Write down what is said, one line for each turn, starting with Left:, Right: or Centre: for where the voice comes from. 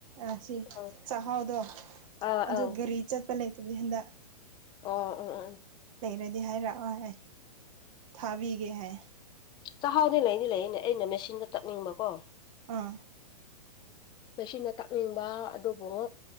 Right: ꯑ ꯁꯤ
Left: ꯑꯥ
Right: ꯆꯥꯛꯍꯥꯎꯗꯣ
Left: ꯑꯥ ꯑꯥ
Right: ꯑꯗꯨ
Left: ꯑꯣ
Right: ꯒꯥꯔꯤ ꯆꯠꯄ ꯂꯩꯇꯕꯗꯤ ꯍꯟꯗꯛ
Left: ꯑꯣ ꯑ ꯑ
Right: ꯂꯩꯔꯗꯤ ꯍꯥꯏꯔꯛꯑꯣ ꯍꯥꯏ ꯊꯥꯕꯤꯒꯦ ꯍꯥꯏ
Left: ꯆꯥꯛꯍꯥꯎꯅꯤ ꯂꯩꯅꯤ ꯂꯩꯅꯤ ꯑꯩꯅ ꯃꯦꯁꯤꯟꯗ ꯇꯛꯅꯤꯡꯕꯀꯣ
Right: ꯑ
Left: ꯃꯁꯤꯟ ꯗ ꯇꯥꯛꯅꯤꯡꯕ ꯑꯗꯨꯕꯨ